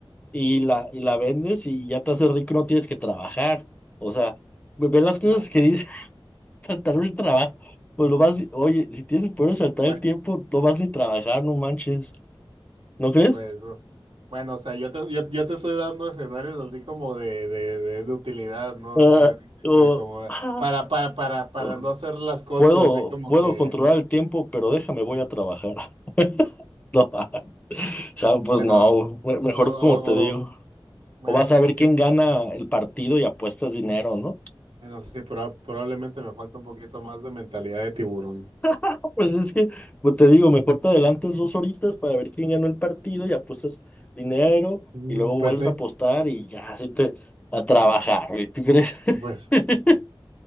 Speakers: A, on the left (about 15°); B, on the right (about 70°).
A: y la, y la vendes y ya te haces rico, no tienes que trabajar. O sea, ve ve las cosas
B: Bueno,
A: que dice <laughs> saltar el trabajo. Pues lo vas, oye, si tienes el poder de saltar
B: bueno,
A: el tiempo, no vas ni trabajar, no manches. ¿No crees?
B: pues, uh, bueno, o sea, yo te, yo, yo te estoy dando escenarios así como de, de, de, de utilidad, ¿no?
A: Ah,
B: Así de,
A: o,
B: de- de como de-
A: ah,
B: para, para, para, para
A: o,
B: no hacer las cosas
A: puedo,
B: así como
A: puedo
B: que,
A: controlar
B: mm,
A: el tiempo, pero déjame, voy a trabajar. <laughs> No, o sea, pues
B: bueno,
A: no, güey, mejor
B: o, o,
A: como te digo.
B: o- bueno,
A: O vas a ver
B: sí,
A: quién gana el partido y apuestas dinero, ¿no?
B: bueno, sí, proba- probablemente me falta un poquito más de mentalidad de tiburón.
A: <laughs> Pues es que, pues te digo, mejor te adelantas dos horitas para ver quién ganó el partido y apuestas dinero
B: Mm,
A: y luego
B: Pues
A: vuelves
B: sí,
A: a apostar y ya, así te a trabajar, güey. ¿Tú crees?
B: pues.
A: <laughs>